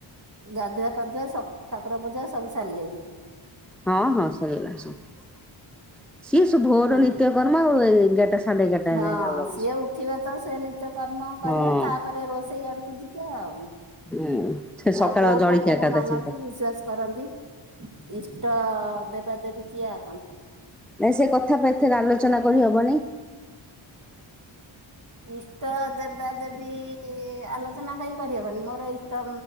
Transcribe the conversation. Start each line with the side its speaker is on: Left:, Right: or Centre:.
Right: ଗାଧୁଆ ପାଧୁଆ ଠାକୁର ପୂଜା ସବୁ ସାରିଲେଣି।
Centre: ହଁ ହଁ ସରିଗଲାଣି ସବୁ, ସିଏ ସବୁ ଭୋର
Right: ହଁ
Centre: ନିତ୍ୟ କରର୍ମ ଆଉ ଏଗାରଟା ସାଢେ ଏଗାରଟା
Right: ହଁ
Centre: ଯାଏ ଆଉ ରହୁଛି।
Right: ସିଏ ଉଠିବ ତ ସେ ନିଜ କର୍ମ କରିବେ
Centre: ହଁ
Right: ତାପରେ ରୋଷେଇ ଆଡକୁ ଯିବେ ଆଉ।
Centre: ହୁଁ ସେ ସକାଳ
Right: ଆଉ କୋଉ
Centre: ଜଳଖିଆ
Right: ଠାକୁରଙ୍କୁ
Centre: କଥା
Right: ମାନନ୍ତି,
Centre: ଚିନ୍ତା।
Right: ବିଶ୍ଵାସ କରନ୍ତି। ଇଷ୍ଟ ଦେବା ଦେବି କିଏ ଅପଣଙ୍କର?
Centre: ନ ସେ କଥା ପାଇଁ ଏଥିରେ ଆଲୋଚନା କରିହବନି।
Right: ଇଷ୍ଟ ଦେବା ଦେବୀ ଆଲୋଚନା କାହିଁ କରିହବନି, ମୋର ଇଷ୍ଟ